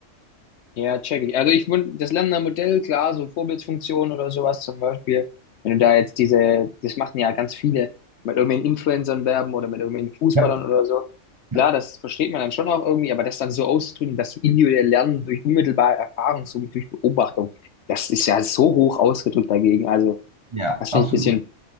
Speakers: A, on the left; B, on the right.
A: Ja, check ich. Also ich wund- das Lernender Modell, klar, so Vorbildfunktion oder sowas zum Beispiel, wenn du da jetzt diese, das machen ja ganz viele, mit irgendwelchen Influencern werben oder mit irgendwelchen Fußballern
B: Ja,
A: oder so.
B: ja,
A: Klar, das versteht man dann schon auch irgendwie, aber das dann so auszudrücken, dass du individuell lernen durch unmittelbare Erfahrung, so wie durch Beobachtung, das ist ja so hoch ausgedrückt dagegen. Also,
B: ja,
A: das finde
B: absolut.
A: ich ein bisschen